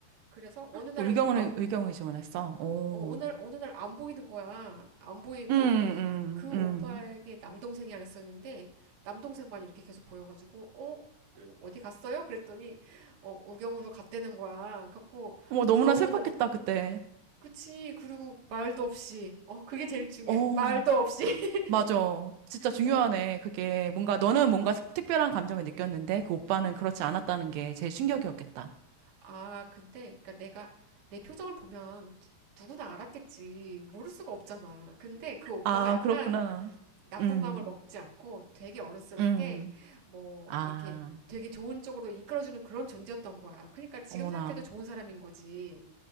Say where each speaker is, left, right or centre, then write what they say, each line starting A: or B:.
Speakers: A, on the right (about 50°); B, on the right (about 85°).
A: 그래서 어느 날
B: 또 의경을,
A: 안,
B: 의경을 지원했어. 오.
A: 어, 어느 날, 어느 날 안 보이는 거야. 안 보이고
B: 음, 음,
A: 그
B: 음.
A: 오빠에게 남동생이 하나 있었는데 남동생만 이렇게 계속 보여가지고 어? 어, 어디 갔어요? 그랬더니 어, 의경으로 갔다는 거야. 갖고
B: 뭐 너무나
A: 너무
B: 슬펐겠다,
A: 나,
B: 그때.
A: 그치. 그리고 말도 없이. 어, 그게 제일 중요해.
B: 오.
A: 말도 없이. <laughs>
B: 맞아. 진짜 중요하네.
A: 어.
B: 그게 뭔가 너는 뭔가 특별한 감정을 느꼈는데 그 오빠는 그렇지 않았다는 게 제일 충격이었겠다.
A: 아, 근데, 그니까 내가, 내 표정을 보면 누- 누구나 알았겠지. 모를 수가 없잖아. 근데 그 오빠가
B: 아,
A: 약간
B: 그렇구나.
A: 나쁜
B: 음,
A: 마음을 먹지 않고 되게 어른스럽게
B: 음.
A: 뭐,
B: 아,
A: 이렇게 되게 좋은 쪽으로 이끌어주는 그런 존재였던 거야. 그러니까 지금
B: 어머나.
A: 생각해도 좋은 사람인 거지.